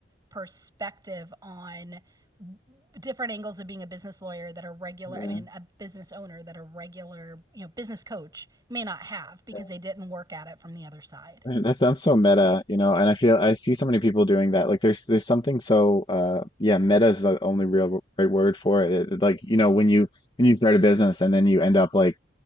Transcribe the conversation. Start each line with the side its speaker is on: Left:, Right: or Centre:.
Right: perspective on different angles of being a business lawyer that a regular
Left: Yeah. Yeah.
Right: i mean a business owner that a regular you know business coach may not have because
Left: <laughs>
Right: they didn't work at it from the other side
Left: That sounds so meta, you know, and I feel I see so many people doing that. Like there's there's something so uh yeah, meta is the only real right word for it. It- it- Like, you know, when you when you start a business and then you end up like